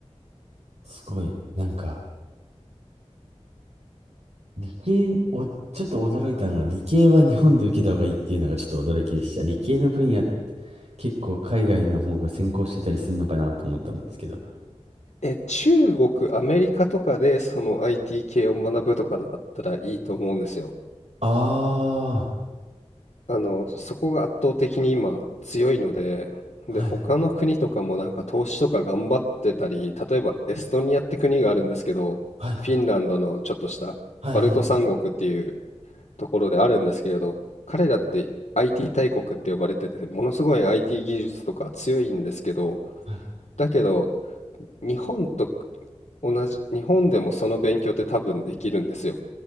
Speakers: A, on the right (about 70°); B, on the left (about 75°).
A: すごい。なんか、理系、お、ちょっと驚いたのが、理系は日本で受けた方がいいっていうのがちょっと驚きでした。理系の分野、結構海外の方が先行してたりするのかなと思ったんですけど。
B: え、中国、アメリカとかでその IT 系を学ぶとかだったらいいと思うんですよ。
A: あ
B: あの、そこが圧倒的に今強いので、
A: あ、
B: で、
A: はい、
B: 他の国とかもなんか投資とか頑張ってたり、例えばエストニアって国があるんですけど、
A: はい、
B: フィンランドのちょっとしたバルト三国っていう
A: はい、はい。
B: ところであるんですけれど、彼らって IT 大国って呼ばれてて、ものすごい IT 技術とか強いんですけど、
A: はい。
B: だけど、日本と同じ、日本でもその勉強って多分できるんですよ。